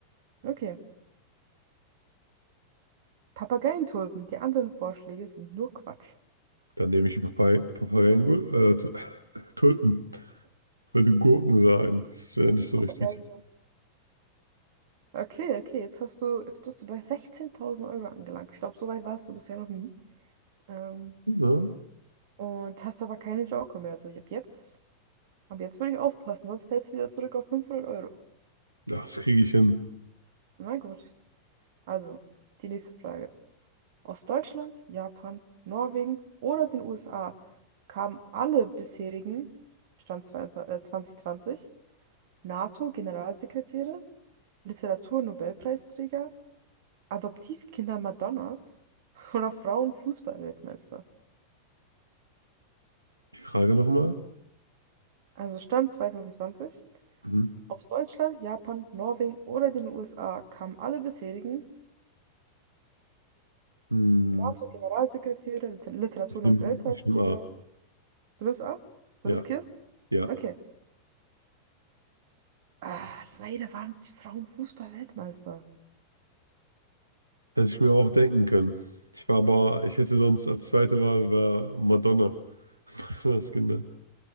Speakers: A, on the right; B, on the right.
A: Okay. Papageientulpen. Die anderen Vorschläge sind nur Quatsch.
B: Dann nehme ich die Papay Papayengul, äh, Tu- <laughs> Tulpen. wollte Gurken sagen. Das wäre nicht so
A: Papageien.
B: richtig.
A: Okay, okay. Jetzt hast du, jetzt bist du bei sechzehntausend Euro angelangt. Ich glaube, so weit warst du bisher noch nie. Ähm,
B: ne?
A: und hast aber keine Joker mehr. Also ab jetzt, ab jetzt würde ich aufpassen, sonst fällst du wieder zurück auf 500 Euro.
B: Ja, das kriege ich hin.
A: Na gut. Also, die nächste Frage. Aus Deutschland, Japan, Norwegen oder den USA kamen alle bisherigen, Stand 22 äh, NATO-Generalsekretäre, Literaturnobelpreisträger, Adoptivkinder Madonnas <laughs> oder Frauenfußball-Weltmeister.
B: Ich frage nochmal.
A: Also Stand 2020,
B: Mhm.
A: aus Deutschland, Japan, Norwegen oder den USA kamen alle bisherigen
B: Hm,
A: NATO-Generalsekretäre, Liter- Literaturnobelpreisträger.
B: Ich nehme ich nehm A.
A: Du nimmst an?
B: Ja,
A: Du riskierst?
B: ja.
A: Okay. Ah, leider waren es die Frauenfußball-Weltmeister.
B: Hätte ich mir auch denken können. Ich war aber, ich hätte sonst als zweite Wahl wär Madonna. <laughs> Madonnas Kinder.